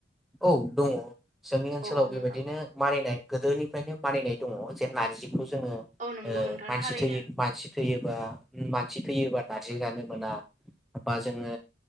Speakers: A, in the centre; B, on the right.
A: औ दङ जोंनि ओनसोलाव
B: औ औ
A: बेबायदिनो
B: नोंथां
A: मानिनाय गोदोनिफ्रायनो बानायनाय दङ जे नारजिखौ जोङो
B: औ नंगौ
A: ओ
B: नोंथां
A: मानसि
B: औ
A: थै मानसि थैयोबा-मानसि थैयोबा ना जि जानो मोना बा जोङो